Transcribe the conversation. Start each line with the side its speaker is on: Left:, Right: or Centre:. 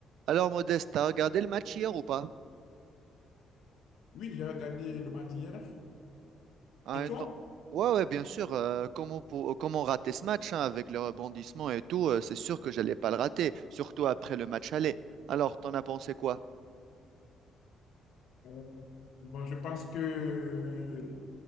Right: Alors, Modeste, t'as regardé le match hier ou pas?
Left: Oui, j'ai regardé le match d'hier.
Right: À
Left: Et
Right: un
Left: toi?
Right: temps- Ouais, ouais, bien sûr. euh, comment, pour... comment rater ce match hein, avec le rebondissement et tout, euh, c'est sûr que j'allais pas le rater, surtout après le match aller. Alors, t'en as pensé quoi?
Left: Euh, Bon, je pense que